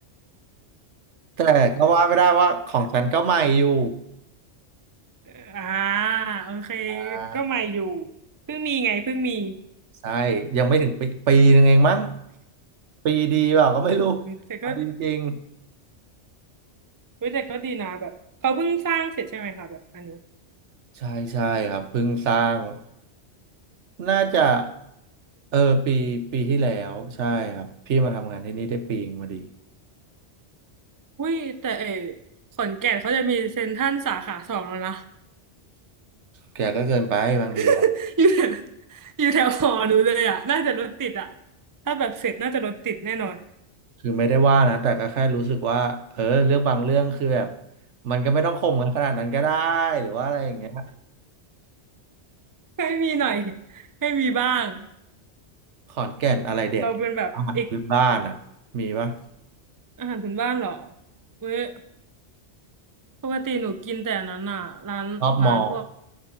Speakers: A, on the right (about 80°); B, on the right (about 20°).
A: แต่ก็ว่าไม่ได้ว่าของฉันก็ใหม่อยู่
B: <laughs> อ่าโอเค
A: อ่า
B: ก็ใหม่อยู่เพิ่งมีไงเพิ่งมี
A: ใช่ยังไม่ถึงปีปีหนึงเองมั้งปีดีเปล่าก็ไม่รู้
B: แต่ก็
A: เอาจริง
B: เฮ้ยแต่ก็ดีนะแบบเขาเพิ่งสร้างเสร็จใช่ไหมคะแบบอันนี้
A: ๆใช่ใช่ครับเพิ่งสร้างน่าจะเออปีปีที่แล้วใช่ครับพี่มาทำงานที่นี่ได้ปีเองพอดี
B: อุ้ยแต่เออขอนแก่นเขาจะมีเซ็นทรัลสาขาสองแล้วนะ
A: แกก็เกินไปบางทีอะ
B: <laughs> อยู่แถวอยู่แถวหอหนูเลยอ่ะน่าจะรถติดอ่ะถ้าแบบเสร็จน่าจะรถติดแน่นอน
A: คือไม่ได้ว่านะแต่ก็แค่รู้สึกว่าเออเรื่องบางเรื่องคือแบบมันก็ไม่ต้องข่มกันขนาดนั้นก็ได้หรือว่าอะไรอย่างเงี้ย
B: ให้มีหน่อยให้มีบ้าง
A: ขอนแก่นอะไรเด็ดอาหารพื้นบ้านอ่ะมีปะ
B: เราเป็นแบบเอกอาหารพื้นบ้านเหรอเว้ย ปกติหนูกินแต่อันนั้นอ่ะร้านร้านพวก
A: รอบมอ